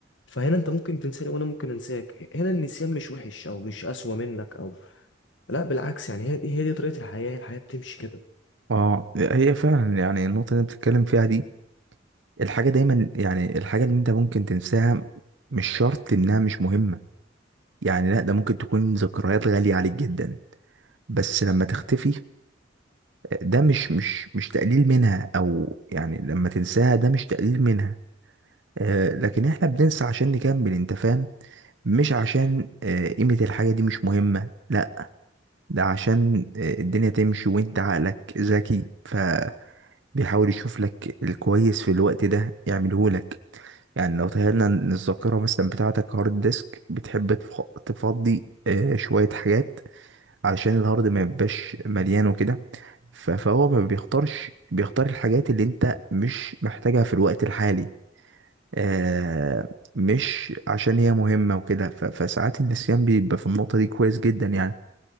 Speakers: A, on the left; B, on the right.
A: فهنا انت ممكن تنساني وانا ممكن انساك هنا النسيان مش وحش او مش اسوأ منك او لا بالعكس يعني هي دي هي دي طريقه الحياه الحياه بتمشي كده
B: اه هي فعلا يعني النقطة اللي انت بتتكلم فيها دي الحاجة دايما يعني الحاجة اللي انت ممكن تنساها مش شرط انها مش مهمة يعني لا ده ممكن تكون ذكريات غالية عليك جدا بس لما تختفي ده مش مش مش تقليل منها او يعني لما تنساها ده مش تقليل منها آه لكن احنا بننسى عشان نكمل انت فاهم مش عشان آه، قيمة الحاجة دي مش مهمة لا ده عشان آه، الدنيا تمشي وانت عقلك ذكي ف بيحاول يشوف لك الكويس في الوقت ده يعمله لك يعني لو تخيلنا ان الذاكره مثلا بتاعتك هارد ديسك بتحب تف- تفضي آه، شويه حاجات علشان الهارد ما يبقاش مليان وكده ف- فهو ما بيختارش بيختار الحاجات اللي انت مش محتاجها في الوقت الحالي آه، مش عشان هي مهمه وكده ف- فساعات النسيان بيبقى في النقطه دي كويس جدا يعني